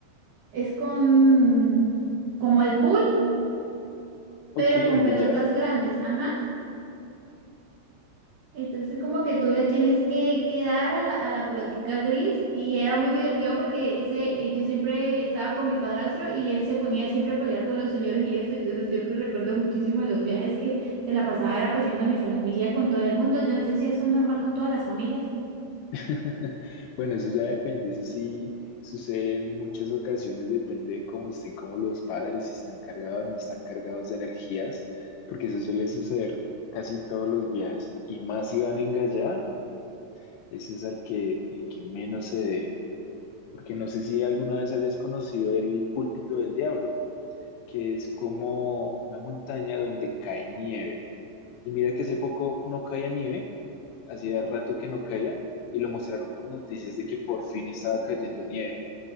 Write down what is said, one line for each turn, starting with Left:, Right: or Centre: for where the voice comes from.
Right: es con como el pool,
Left: Ok,
Right: pero
Left: el
Right: con
Left: billar.
Right: pelotas grandes, ajá. Entonces como que tú le tienes que, que dar a la, a la pelotica gris y era muy divertido porque ese, eh, yo siempre estaba con mi padrastro y él se ponía siempre a pelear con los señores y eso, entonces siempre recuerdo muchísimo de los viajes que se la pasaba era peleando a mi familia con todo el mundo. Yo no sé si eso es normal con todas las familias.
Left: <laughs> Bueno, eso ya depende, eso sí sucede en muchas ocasiones, depende de cómo estén como los padres, si están cargados o no están cargados de energías, porque eso suele suceder casi todos los viajes, y más si van en gallada, ese es al que, el que menos se debe, porque no sé si alguna vez hayas conocido el púlpito del diablo, que es como una montaña donde cae nieve, y mira que hace poco no caía nieve, hacía rato que no caía y lo mostraron por noticias de que por fin estaba cayendo nieve.